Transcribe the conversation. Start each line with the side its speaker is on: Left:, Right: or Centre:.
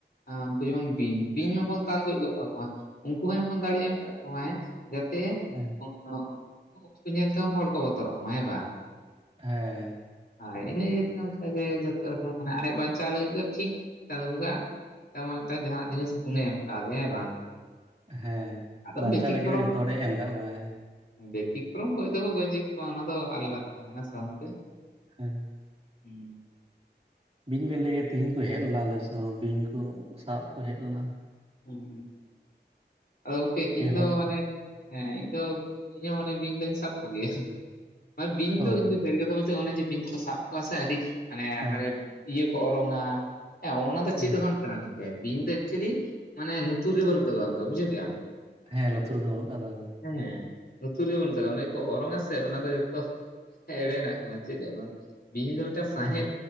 Left: ᱟᱨ ᱩᱱᱠᱩ ᱡᱮᱢᱚᱱ ᱵᱤᱧ ᱵᱤᱧ ᱢᱟᱵᱚᱱ ᱫᱟᱞ ᱜᱚᱡ ᱜᱚᱫ ᱠᱟᱠᱚᱣᱟ ᱩᱱᱠᱩ ᱦᱚᱸ ᱮᱢᱚᱱ ᱫᱟᱲᱮ ᱮᱢ ᱟᱠᱟᱫ ᱠᱚᱣᱟᱭ ᱡᱟᱛᱮ
Right: <unintelligible>
Left: <unintelligible> ᱧᱮᱞᱛᱮ ᱦᱚᱸ ᱦᱚᱲ ᱠᱚ ᱵᱚᱛᱚᱨᱚᱜ ᱢᱟ ᱦᱮᱸ ᱵᱟᱝ᱾
Right: ᱦᱮᱸ
Left: ᱟᱨ ᱤᱱᱟᱹᱜᱤᱭᱟᱹᱛᱮ ᱚᱱᱠᱟᱜᱮ ᱡᱚᱛᱚ ᱨᱚᱠᱚᱢ ᱢᱟᱱᱮ ᱟᱡ ᱵᱟᱧᱪᱟᱣ ᱞᱟᱹᱜᱤᱫ ᱜᱮ ᱴᱷᱤᱠ ᱪᱟᱸᱫᱚ ᱵᱚᱸᱜᱟ ᱢᱤᱫᱴᱟᱝ ᱢᱤᱫᱴᱟᱝ ᱡᱟᱦᱟᱱᱟᱜ ᱡᱤᱱᱤᱥ ᱜᱩᱱᱮ ᱮᱢ ᱠᱟᱣᱫᱮᱭᱟ ᱦᱮᱸ ᱵᱟᱝ
Right: ᱦᱮᱸ
Left: ᱟᱫᱚ
Right: ᱵᱟᱧᱪᱟᱜ
Left: ᱵᱮᱛᱤᱠᱨᱚᱢ
Right: ᱞᱟᱹᱜᱤᱫ ᱫᱚ ᱡᱚᱛᱚ ᱦᱚᱲᱮ ᱮᱢ ᱠᱟᱜ ᱠᱚᱣᱟ ᱦᱮᱸ᱾
Left: ᱵᱮᱛᱤᱠᱨᱚᱢ ᱜᱚᱡ ᱫᱚᱠᱚ ᱜᱚᱡᱮᱜ ᱠᱚᱣᱟ ᱚᱱᱟ ᱫᱚ ᱟᱞᱟᱫᱟ ᱠᱟᱛᱷᱟ ᱠᱟᱱᱟ‌ ᱦᱮᱸ ᱥᱮ ᱵᱟᱝ ᱜᱚᱝᱠᱮ?
Right: ᱦᱮᱸ
Left: ᱦᱮᱸ
Right: ᱵᱤᱧ ᱵᱮᱞᱮ ᱛᱮᱦᱤᱧ ᱠᱚ ᱦᱮᱡ ᱞᱮᱱᱟ ᱟᱞᱮᱥ ᱦᱚᱸ ᱵᱤᱧ ᱠᱚ ᱥᱟᱵ ᱠᱚ ᱦᱮᱡ ᱞᱮᱱᱟ᱾
Left: ᱦᱮᱸ ᱦᱸ ᱟᱫᱚ ᱜᱚᱝᱠᱮ
Right: ᱯᱮ
Left: ᱤᱧ ᱫᱚ
Right: ᱦᱚᱲ
Left: ᱢᱟᱱᱮ ᱦᱮᱸ ᱤᱧ ᱫᱚ ᱤᱧ ᱦᱚᱸ ᱢᱟᱱᱮ ᱵᱤᱧ ᱫᱚᱧ ᱥᱟᱵ ᱠᱚᱜᱮᱭᱟ ᱢᱮ ᱵᱤᱧ
Right: ᱚ
Left: ᱫᱚ ᱤᱧ ᱥᱟᱹᱨᱤ ᱠᱟᱛᱷᱟ ᱵᱚᱞᱛᱮ ᱚᱱᱮ ᱡᱮ ᱵᱤᱧ ᱠᱚ ᱥᱟᱵ ᱠᱚᱣᱟ ᱥᱮ ᱟᱹᱰᱤ ᱢᱟᱱᱮ
Right: ᱦᱮᱸ
Left: ᱚᱠᱟᱨᱮ ᱤᱭᱟᱹ ᱠᱚ ᱚᱨᱚᱝᱟ ᱦᱮᱸ ᱚᱱᱟ ᱫᱚ
Right: ᱦᱮᱸ
Left: ᱪᱮᱫ ᱦᱚᱸ ᱵᱟᱝ ᱵᱟᱝ ᱠᱟᱱᱟ ᱜᱚᱝᱠᱮ ᱵᱤᱧ ᱫᱚ ᱮᱠᱪᱚᱞᱤ ᱢᱟᱱᱮ ᱱᱩᱛᱩᱨ ᱨᱮ ᱵᱟᱹᱱᱩᱜ ᱛᱟᱡᱚᱣᱟ ᱚᱱᱠᱟ ᱵᱩᱡᱟᱹᱣ ᱠᱮᱜᱟᱢ᱾
Right: ᱦᱮᱸ ᱞᱩᱛᱩᱨ ᱨᱮᱫᱚ ᱵᱟᱹᱱᱩᱜ <unintelligible>
Left: ᱦᱮᱸ ᱞᱩᱛᱩᱨ ᱜᱮ ᱵᱟᱹᱱᱩᱜ ᱛᱟᱠᱚᱣᱟ ᱚᱱᱮ ᱜᱮᱠᱚ ᱚᱨᱚᱝ ᱟ ᱥᱮ ᱚᱱᱟ ᱫᱚ ᱡᱷᱚᱛᱚ ᱮᱲᱮᱱᱟᱜ ᱠᱟᱱᱟ ᱪᱮᱫ ᱫᱚ ᱵᱟᱝ ᱵᱤᱧ ᱫᱚ ᱢᱤᱫᱴᱟᱝ ᱥᱟᱸᱦᱮᱫ
Right: ᱦᱮᱸ